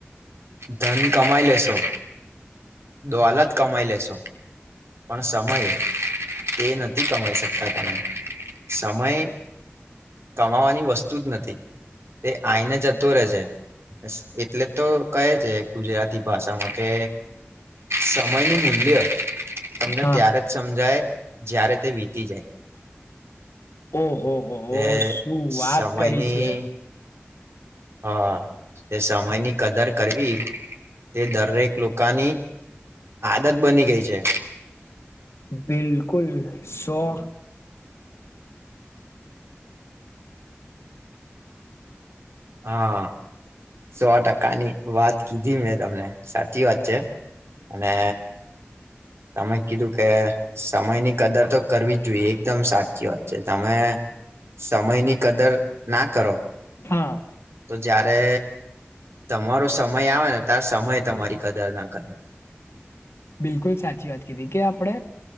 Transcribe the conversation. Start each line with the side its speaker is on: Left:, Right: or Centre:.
Right: ધન કમાઈ લેશો દો હલા જ કમાઈ લેશો પણ સમય તે નથી કમાઈ શકતા તમે સમય કમાવાની વસ્તુ વત જ નથી તે આઈને જતો રહે છે એટલે તો કહે છે ગુજરાતી ભાષામાં કે સમયનું મૂલ્ય તમને
Left: હા
Right: ત્યારે સમજાય જ્યારે તે વીતી જાય
Left: ઓહો હો હો
Right: એ
Left: શું વાત
Right: સમયની
Left: કરી છે
Right: હા તે સમય ની કદર કરવી તે દરેક લોકોની આદત બની ગઈ છે
Left: બિલકુલ સો
Right: હા સો ટકા ની વાત કીધી મેં તમને સાચી વાત છે અને તમે કીધું કે સમય ની કદર તો કરવી જ જોઈએ એકદમ સાચી વાત છે તમે સમય ની કદર ના કરો
Left: હા.
Right: તો જયારે તમારો સમય આવે ને તાર સમય તમારી કદર ના કરે
Left: બિલકુલ સાચી વાત કીધી કે આપણે.